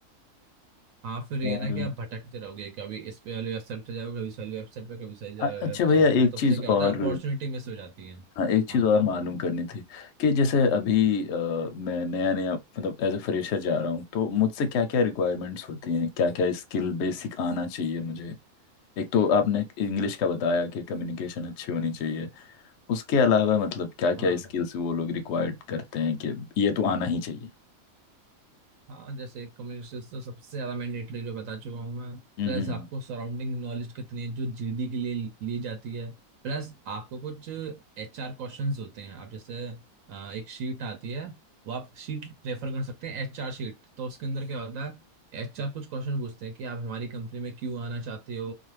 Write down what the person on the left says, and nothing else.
और
अ- अच्छा
भैया
एक
चीज़
और
हाँ एक चीज़
और मालूम करनी थी कि जैसे अभी अ, मैं नया नया मतलब एज ए फ्रेशर जा रहा हूँ तो मुझसे क्या क्या रिक्वायरमेंट्स होती हैं क्या क्या स्किल बेसिक आना चाहिए मुझे एक तो आपने इंग्लिश का बताया कि कम्युनिकेशन अच्छी होनी चाहिए उसके अलावा मतलब क्या क्या
स्किल्स वो लोग रिक्वायर्ड करते हैं कि ये तो आना ही चाहिए
हम्म
हम्म
हम्म।